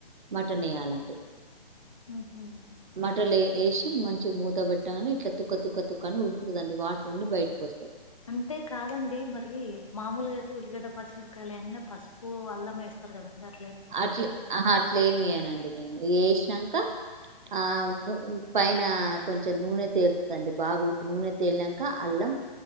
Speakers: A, on the right; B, on the left.
A: మటన్ వేయాలండి.
B: మ్హూ.
A: మటలే ఏష్ మంచిగ మూత పెట్టగానే ఇట్లా తుక్క తుక్క తుక్కని ఉడుకుతదండి వాటర్ అన్ని బయటకు వస్తాయి.
B: అంటే కాదండి మరి మామూలుగా అయితే ఉల్లిగడ్డ పచ్చిరకాయలు లేనా, పసుపు అల్లం వేస్ రుకదండి ఆ
A: అట్లే ఆహ అట్లే ఏమేయనండి నేను ఏసినంక ఆ పైన కొంచెం నూనె తేలుతదండి, బాగుడికి నూనె తేలినంక అల్లం